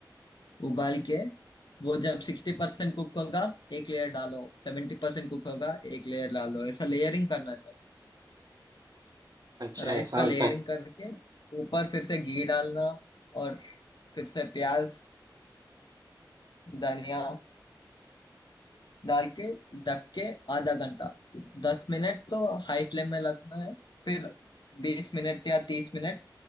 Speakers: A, on the left; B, on the right.
A: उबाल के वो जब सिक्सटी परसेंट कुक होगा एक लेयर डालो सेवेंटी परसेंट कुक होगा एक लेयर डालो ऐसा लेयरिंग करना चाहिए
B: अच्छा
A: राइस
B: ऐसा
A: का
B: होता
A: लेयरिंग
B: है
A: करके ऊपर फिर से घी डालना और फिर से प्याज धनिया डाल के ढक के आधा घंटा दस मिनट तो हाई फ्लेम में लगना है फिर बीस मिनट या तीस मिनट